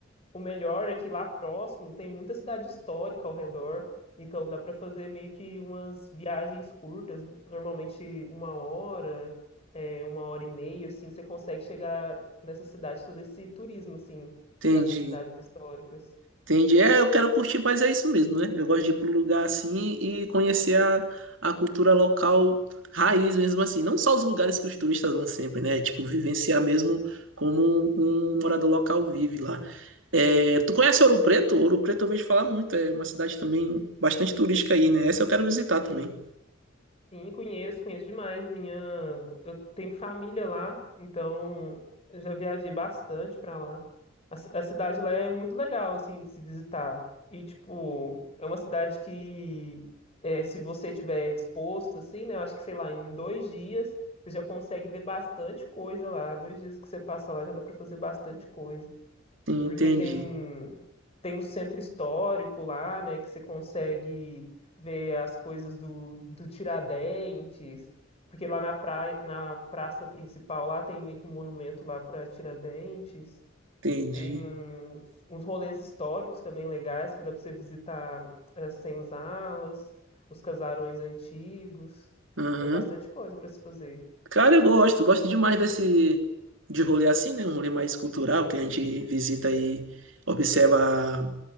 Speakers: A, on the left (about 30°); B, on the right (about 70°).
A: o melhor é que lá próximo tem muita cidade histórica ao redor, então dá para fazer meio que umas viagens curtas, normalmente uma hora, é, uma hora e meia, assim, você consegue chegar nessa cidade, fazer esse turismo, assim,
B: entendi.
A: para essas cidades históricas.
B: Entendi. É, eu quero curtir, mas é isso mesmo, né? Eu gosto de ir para um lugar assim e conhecer a, a cultura local raiz mesmo assim. Não só os lugares que os turistas vão sempre, né? Tipo, vivenciar mesmo como um morador local vive lá. É, tu conhece Ouro Preto? Ouro Preto eu vejo falar muito, é uma cidade também bastante turística aí, né? Essa eu quero visitar também.
A: Sim, conheço, conheço demais. Minha, eu tenho família lá, então eu já viajei bastante pra lá. A, ci- a cidade lá é muito legal, assim, de se visitar. E, tipo, é uma cidade que, é, se você estiver disposto, assim, né, eu acho que, sei lá, em dois dias você já consegue ver bastante coisa lá. Dois dias que você passa lá já dá pra fazer bastante coisa.
B: Entendi,
A: Porque tem tem o centro histórico lá, né, que você consegue ver as coisas do, do Tiradentes, porque lá na praia, na praça principal lá tem meio que um monumento lá para Tiradentes,
B: entendi.
A: tem uns, uns rolês históricos também legais que dá para você visitar as senzalas, os casarões antigos,
B: Aham.
A: tem bastante coisa para se fazer.
B: Cara, eu gosto, gosto demais desse de rolê assim, né? Um rolê mais cultural que a gente visita e observa